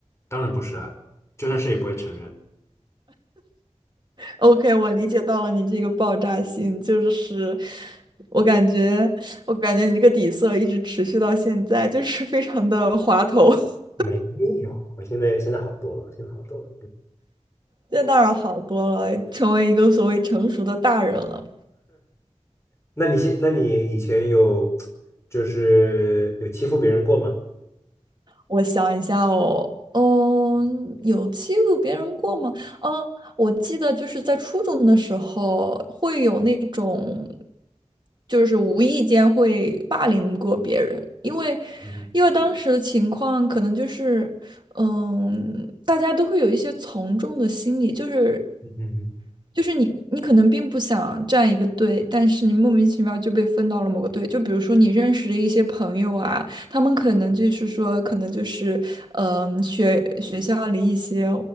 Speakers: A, on the left (about 20°); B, on the right (about 40°).
A: 当然不是啊，就算是也不会承认。
B: OK，我理解到了你这个爆炸性，就是我感觉，我感觉你这个底色一直持续到现在，就是非常的滑头。<laughs>
A: 没有，我现在现在好多了，现在好多了。
B: 现在当然好多了，成为一个所谓成熟的大人了。
A: 那你现，那你以前有就是有欺负别人过吗？
B: 我想一下哦，嗯，有欺负别人过吗？嗯，我记得就是在初中的时候会有那种，就是无意间会霸凌过别人，因为
A: 嗯
B: 因为当时的情况可能就是，嗯，大家都会有一些从众的心理，就是
A: 嗯嗯
B: 就是你，你可能并不想站一个队，但是你莫名其妙就被分到了某个队。就比如说你认识的一些朋友啊，他们可能就是说，可能就是，嗯、学学校里一些，